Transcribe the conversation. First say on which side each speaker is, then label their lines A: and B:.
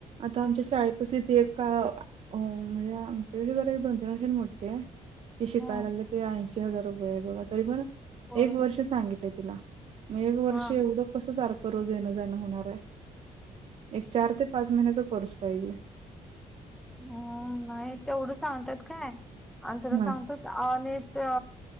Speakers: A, on the right; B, in the centre.
A: आता आमच्या शाळेपसली त एक का हो म्हणजे आमच्याविषयी तर एक दोन तीन वर्षां मोठे ते शिकायला
B: हम्म
A: लाग ते आई पाश हजार रुपय आहे बघ तरी प ना
B: होय
A: एक वर्ष सांगितले तिला मघ वर्ष
B: हा
A: एवढं कस सारख पररोज येणं जाणं होणार आहे एक चार ते पाच महिन्याचा पर्स पाहिजे
B: हम् नाही तेवढं सांगतात काय आणि तुला
A: हा
B: सांगतो ते